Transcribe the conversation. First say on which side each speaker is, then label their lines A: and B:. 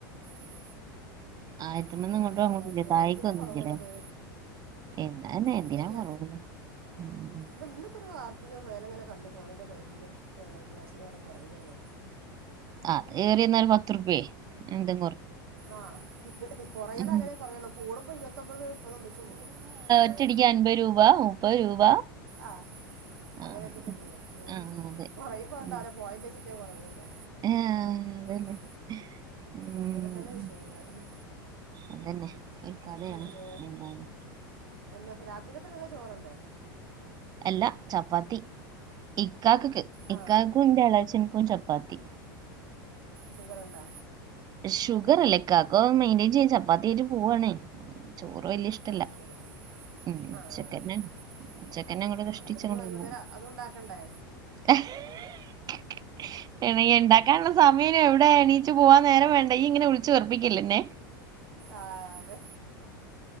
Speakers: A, on the right; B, on the right.
A: ഉം.
B: ആയിരത്തി
A: ഒക്കെ
B: മൂന്ന് ഇങ്ങോട്ടും
A: നല്ല
B: അങ്ങോട്ടും
A: വെലായിട്ട്
B: ഇല്ല
A: പോണ്.
B: താഴേക്ക്
A: എന്തിനാ
B: വന്നില്ലേ
A: കൊറവുള്ളത്?
B: എന്നാ തന്നെ എന്തിനാ
A: ഇല്യല്ല.
B: കുറവുള്ളു ഉം.
A: ത് ഇന്ന്പ്പൊരു വാർ ത്തില് മേലെങ്ങനെ കണ്ടു. ഫോണിന്റെ ബേക്കില്, ഏഹ്, ഗ്യാസിന് വെല കൊറയാണ്ന്ന്.
B: അത് ഏറി ന്നാൽ പത്ത്ർപ്യെ എന്തെ
A: ആഹ്. കൊറയലങ്ങനെ
B: ഉം.
A: കൊറയൊള്ളൂ. കൂടുമ്പോ ഇരുപത്തൊമ്പത് മുപ്പത് ഒന്നിച്ച് കൂടും.
B: ഒറ്റടിക്ക്
A: ഏ
B: അൻപത് രൂപ, മുപ്പത് രൂപ
A: ആഹ്
B: ആ
A: അങ്ങനെ വെച്ചിട്ട് കൂടും. ഏ
B: ആ അതെ
A: കൊറയും അത്ണ്ടാവല്
B: ഉം.
A: പോയന്റ് വച്ചിട്ട്- ത്തെ കൊറയൊള്ളൂ.
B: ആ, അതന്നെ
A: മ്മ്,
B: ഉം,
A: അങ്ങനെ ഒക്കെ ത തന്ന വിഷയങ്ങളെ ഇഹ്
B: അതന്നെ ഒരു കഥയാണ്
A: പിന്നെ,
B: എന്താണ്
A: എന്താ രാത്രിക്കത്ത്ക്കൊക്കെ ചോറന്നെ?
B: എല്ല, ചപ്പാത്തി. ഇക്കാക്ക്ക്ക്.
A: ആ
B: ഇക്കാക്കും ന്റെ എളേഛൻക്കും ചപ്പാത്തി.
A: ഷുഗറ് ണ്ടാ?
B: ഷുഗർ ഇല്ല ഇക്കാക്ക്. മെയിന്റെയ്ൻ ചെയ്ത് ചപ്പാത്തി യിച് പോവവാണേ. ചോറ് വല്യ ഇഷ്ടല്ല.
A: ആ ശരി
B: ഉം.
A: ആ
B: ച്ചക്കെന്നെ,
A: അങ്ങനെ ഉം.
B: ഉച്ചക്കെന്നെ അങ്ങട് കഷ്ട്ടിച്ചങ്ങണ്ട്
A: അപ്പം എന്നിട്ട് ഇനി വൈകുന്നേരം
B: വന്നാ
A: അതും ഉണ്ടാക്കണ്ടേ
B: എഹ്, <unintelligible> എനിക്ക്ണ്ടാക്കാനുള്ള സമയ- <unintelligible> എവിടെ എണീച്ചു പോവാൻ നേരം വേണ്ടേ ഇയ്യ് ഇങ്ങനെ വിളിച്ച് വെറുപ്പിക്കല്ലെന്നെ
A: ആഹ് അതെ